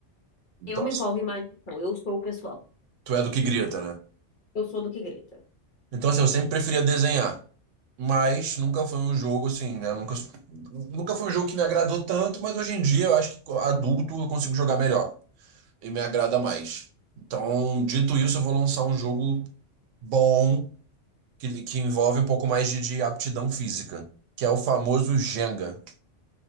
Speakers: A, on the right; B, on the left.
A: Então,
B: Eu me
A: assim,
B: empolgo em Imagem e Ação. Eu sou o pessoal.
A: tu é do que grita, né?
B: Eu sou do que grita.
A: Então, assim, eu sempre preferia desenhar. Mas nunca foi um jogo assim, né? Nunca, nunca foi um jogo que me agradou tanto, mas hoje em dia eu acho que adulto eu consigo jogar melhor e me agrada mais. Então, dito isso, eu vou lançar um jogo bom que, que envolve um pouco mais de, de aptidão física, que é o famoso Jenga.